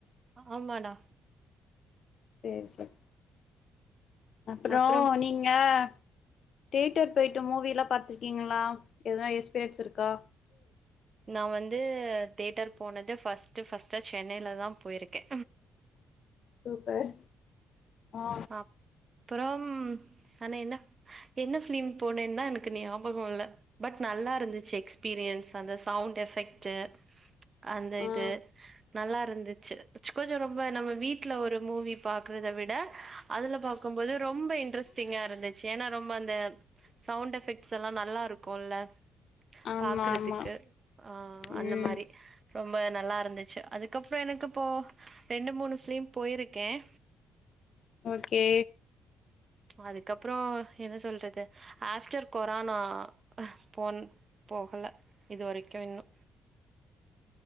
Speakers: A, on the right; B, on the left.
A: ஆமாணா
B: சேர் சேரி அப்புறோ
A: அப்றம்
B: நீங்க ஏ தேட்டர் போய்ட்டு மூவிலா பாத்துருக்கீங்களா எதுனா எக்ஸ்பீரியன்ஸ் இருக்கா
A: நா வந்து த்யோட்டர் போனது ஃபஸ்ட்டு ஃபஸ்ட்டு சென்னையில தா போயிருக்கே
B: சூப்பர் ஆ
A: அப்புறோ சொன்ன என்னப் என்ன ஃபிலிம் போனேன்னு தா எனக்கு ஞாபகம் இல்ல பட் நல்லா இருந்துச்சு எக்ஸ்பீரியன்ஸ் அந்த சவுண்ட் எஃப் க்ட்டு அந்த
B: ஆ
A: இது நல்லா இருந்துச்சு கொஞ்சொ ரொம்ப நம்ம வீட்ல ஒரு மூவி பாக்குறத விட அதுல பாக்கும்போது ரொம்ப இன்ட்ரெஸ்டிங்கா இருந்துச் ஏன்னா ரொம்ப அந்த சவுண்ட் எஃபெக்ட்ஸ்ல்லா நல்லா இருக்கூல்ல
B: ஆமா
A: பாக்குறதுக்கு
B: ஆமா
A: ஆ அந்த
B: ம்
A: மாரி ஒரு மாரி நல்லா இருந்துச்சு அதுக்கப்புறோ எனக்கு இப்போ ரெண்டு மூணு ஃபிலீம் போயிருக்கேன்
B: ஓகே
A: அதுக்கப்றோ என்ன சொல்றது ஆஃப்டர் கொரோனா ஃபோன் போகல இதுவரைக்கு இன்னு